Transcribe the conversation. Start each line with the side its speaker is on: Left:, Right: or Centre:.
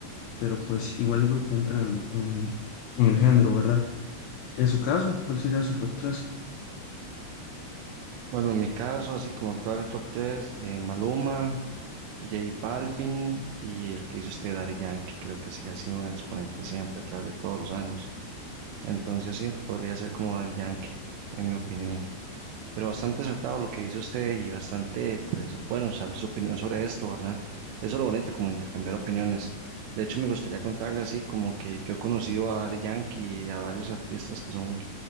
Left: pero pues igual yo creo que entra en el, en el, en el género, ¿verdad? En su caso, ¿cuál sería su top tres.
Right: Bueno, en mi caso, así como actual top 3: eh, Maluma, J Balvin y el que hizo usted, Daddy Yankee, creo que sí ha sido un exponente siempre a través de todos los años. Entonces sí, podría ser como Daddy Yankee, en mi opinión. Pero bastante acertado lo que dice usted y bastante, pues, bueno, saber su opinión sobre esto, ¿verdad? Eso es lo bonito, como intercambiar opiniones. De hecho, me gustaría contarle así, como que yo he conocido a Daddy Yankee y a varios artistas que son,